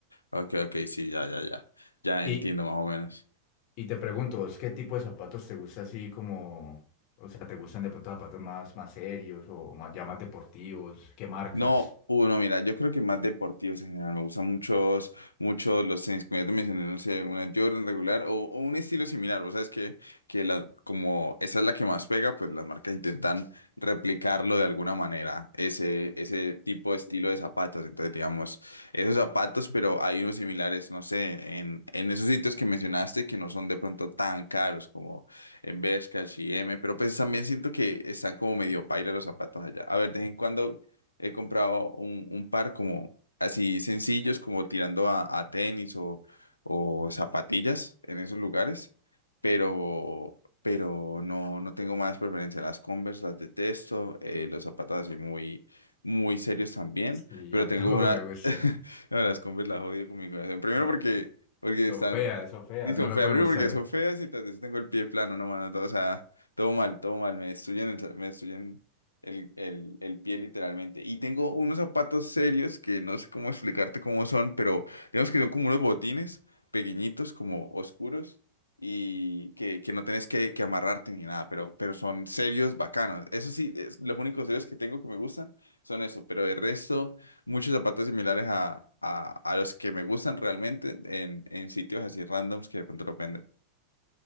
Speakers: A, on the left (about 80°); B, on the left (about 45°).
A: ok, ok, sí, ya, ya, ya. Ya
B: Y,
A: entiendo más o menos.
B: y te pregunto, ¿vos qué tipo de zapatos te gusta así como, o sea, te gustan de pronto zapatos más, más serios o más, ya más deportivos? ¿Qué marcas?
A: No, uno, mira, yo creo que más deportivos en general. Me gustan muchos, muchos los tenis, como ya te mencioné, no sé, una Jordan regular o, o un estilo similar. Vos sabes que, que la, como esa es la que más pega, pues las marcas intentan replicarlo de alguna manera, ese, ese tipo de estilo de zapatos. Entonces, digamos, esos zapatos, pero hay unos similares, no sé, en, en esos sitios que mencionaste que no son de pronto tan caros como en Bershka, H y M pero pues también siento que están como medio paila los zapatos allá. A ver, de vez en cuando He comprado un, un par como así sencillos, como tirando a, a tenis o, o zapatillas en esos lugares, pero, pero no, no tengo más preferencia. Las Converse las detesto, eh, los zapatos así muy, muy serios también,
B: Sí,
A: pero
B: a mí
A: tengo
B: <laughs> tampoco
A: una...
B: me gustan.
A: <laughs> no, las Converse las odio con mi corazón. Primero
B: Ya,
A: porque, porque
B: son
A: están...
B: feas, son feas,
A: Sí,
B: a mí
A: son
B: no me
A: feas.
B: pueden
A: Primero
B: gustar.
A: porque son feas y tras de eso tengo el pie plano, no, mano. todo- o sea, todo mal, todo mal. Me destruyen, el- me destruyen el, el, el pie literalmente. Y tengo unos zapatos serios que no sé cómo explicarte cómo son, pero digamos que son como unos botines pequeñitos, como oscuros, y que, que no tenés que, que amarrarte ni nada, pero, pero son serios bacanos. Eso sí, es- los únicos serios que tengo que me gustan son eso, pero el resto, muchos zapatos similares a, a, a los que me gustan realmente en, en sitios así randoms que de pronto los venden.